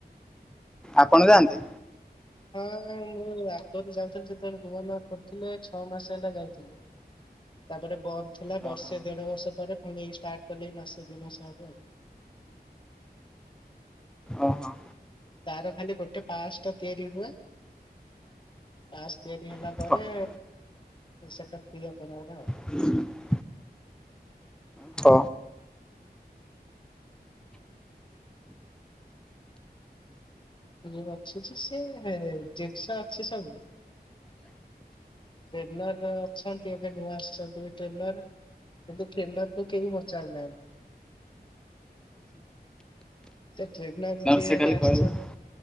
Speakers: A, in the centre; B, on the left (about 30°).
A: ଆପଣ ଯାଆନ୍ତି।
B: ହଁ ମୁଁ ଆଗରୁ ଯାଉଥିଲି ଯେତେବେଳେ ନୂଆ ନୂଆ ଖୋଲଥିଲେ ଛଅ ମାସ ହେଲା ଯାଉଥିଲି। ତାପରେ ବନ୍ଦ ଥିଲା
A: ଓହୋ
B: ବର୍ଷେ ଦେଢ ବର୍ଷ ପରେ ପୁଣି ଏଇ ଷ୍ଟାର୍ଟ କଲି ମାସେ ଦି ମାସ ହବ ଆଉ।
A: ଓ ହୋ।
B: ତାର ଖାଲି ଗୋଟେ ପାସ୍ ଟା ତିଆରି ହୁଏ। ପାସ୍ ତିଆରି ହେଲା
A: ଓହୋ
B: ପରେ ସେଟା <unintelligible>
A: <inaudible> ତ
B: ମୁ ଅଛି ସେ ଯେସା ଅଛି ସବୁ। ଟ୍ରେନର ଅଛନ୍ତି ଏବେ ନୂଆ ଆସିଛନ୍ତି ଏବେ ଟ୍ରେନର। କିନ୍ତୁ ଟ୍ରେନର କୁ କେହି ପଚାରୁନାହାନ୍ତି। ତ ଟ୍ରେନର ଯିଏ
A: ସେ
B: ହେଲା
A: ଖାଲି
B: ଆସଚ
A: କହିବ